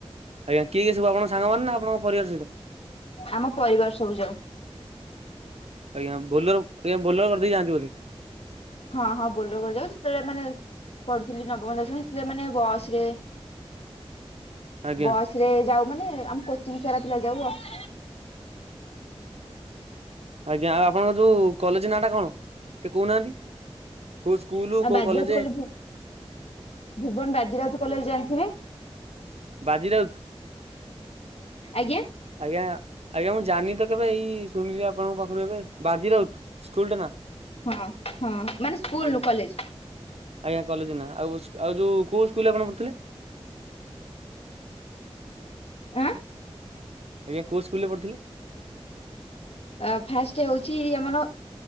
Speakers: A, on the right; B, on the left.
A: ଆଜ୍ଞା କିଏ କିଏ ସବୁ ଆପଣଙ୍କ ସାଙ୍ଗମାନେ ନା ଆପଣଙ୍କ ପରିବାର ସହିତ?
B: ଆମ ପରିବାର ସବୁ ଯାଉ
A: ଆଜ୍ଞା ବୋଲର ଆଜ୍ଞା ବୋଲର କରଦେଇକି ଯାଆନ୍ତି ବୋଧେ?
B: ହଁ ହଁ ବୋଲେର ବୋଲେର ସେଡା ମାନେ ମପଢୁଥିଲି ନବମ ଦଶମ ହେଥିରେ ମାନେ ବସ୍ ରେ।
A: ଆଜ୍ଞା
B: ବସ୍ ରେ ଯାଉ ମାନେ ଆମ କୋଚିଂସାରା ପିଲା ଯାଉ ଅ
A: ଆଜ୍ଞା ଆଉ ଆପଣଙ୍କ ଯୋଉ କଲେଜ ନାଁ ଟା କଣ ଟିକେ କହୁନାହାନ୍ତି? କୋଉ ସ୍କୁଲୁ କୋଉ
B: ବାଜିରାଉତ
A: କଲେଜେ?
B: କଲେ ଭୁବନ ବାଜିରାଉତ କଲେଜ ଜାଣିଥିବେ?
A: ବାଜିରାଉତ?
B: ଆଜ୍ଞା।
A: ଆଜ୍ଞା ଆଜ୍ଞା ମୁଁ ଜାଣିନି ତ କେବେ ଏଇ ଶୁଣିଲି ଆପଣଙ୍କ ପାଖରୁ ଏବେ ବାଜିରଉତ ସ୍କୁଲ ଟା ନା।
B: ହଁ ହଁ ମାନେ ସ୍କୁଲ
A: ଆଜ୍ଞା।
B: ନୁହଁ କଲେଜ
A: ଆଜ୍ଞା କଲେଜ ନାଁ ଆଉ ଆଉଯୋଉ କୋଉ ସ୍କୁଲରେ ଆପଣ ପଢୁଥିଲେ?
B: ଆଁ
A: ଆଜ୍ଞା କୋଉ ସ୍କୁଲରେ ପଢ଼ୁଥିଲେ?
B: <inaudible> ଆ ଫାଷ୍ଟ ହଉଛି ଆମର